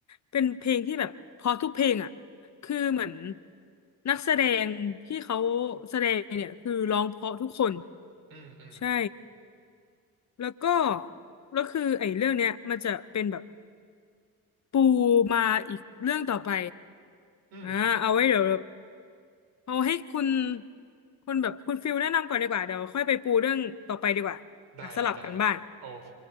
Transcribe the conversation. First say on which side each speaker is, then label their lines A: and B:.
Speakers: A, on the left; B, on the right.
A: เป็นเพลงที่แบบเพอทุกเพลงอ่ะคือเหมือนนักแสดงที่เขาแสดงเนี่ยคือร้องเพราะทุกคน
B: อืมอืม
A: ใช่แล้วก็แล้วคือไอ้เรื่องเนี้ยมันจะเป็นแบบปูมาอีกเรื่องต่อไป
B: อืม
A: อ่าเอาไว้เดี๋ยว เอาให้คุณคุณแบบคุณฟิลแนะนำก่อนดีกว่าเดี๋ยวค่อยไปปูเรื่องต่อไปดีกว่าอ่ะสลับกันบ้าง
B: ได้ได้ได้โอเค